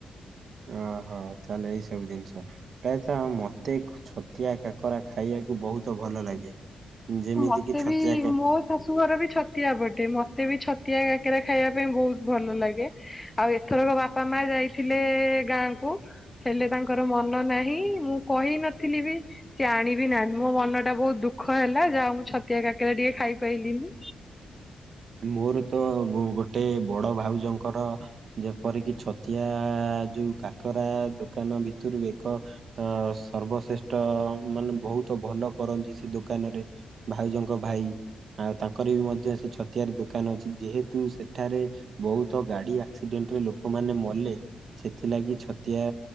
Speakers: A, on the right (about 60°); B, on the left (about 15°).
A: ଓ ହୋ ତାହେଲେ ଏଇ ସବୁ ଜିନିଷ ପ୍ରାୟତଃ ଆମ ମ ମତେ ଛତିଆ କାକରା ଖାଇବାକୁ ବହୁତ ଭଲ ଲାଗେ। ଯେମିତି
B: ମତେ
A: କିି ଛତିଆ
B: ବି
A: କା
B: ମୋ ଶାଶୁ ଶାଶୁଘର ବି ଛତିଆ ପଟେ, ମତେ ବି ଛତିଆ କାକେରା ଖାଇବା ପାଇଁ ବହୁତ ଭଲ ଲାଗେ। ଆଉ ଏଥରକ ବାପା ମା ଯାଇଥିଲେ ଗାଁ କୁ। ହେଲେ ତାଙ୍କର ମନ ନାହିଁ ମୁଁ କହି ନଥିଲି ବି। ସିଏ ଆଣିବି ନାହାନ୍ତି ମୋ ମନ ଟା ବହୁତ ଦୁଃଖ ହେଲା ଯାହାହଉ ମୁଁ ଛତିଆ କାକେରା ଟିକେ ଖାଇପାଇଲିିନି।
A: ମୋର ତ ଗୋ ଗୋଟେ ବଡ ଭାଉଜଙ୍କର ଯେପରିକି ଛତିଆ ଯୋଉ କାକରା ଦୋକାନ ଭିତରୁ ଏକ ଅ ସର୍ବଶ୍ରେଷ୍ଠ ମାନେ ବହୁତ ତ ଭଲ କରନ୍ତି ସେ ଦୋକାନରେ ଭାଉଜଙ୍କ ଭାଇ ଆଉ ତାଙ୍କର ବି ମଧ୍ୟ ସେ ଛ ତିଆରି ଦୋକାନ ଅଛି ଯେହେତୁ ସେଠାରେ ବହୁତ ଗାଡି ଆକ୍ସିଡେଣ୍ଟରେ ଲୋକମାନେ ମଲେ। ସେଥିଲାଗି ଛତିଆ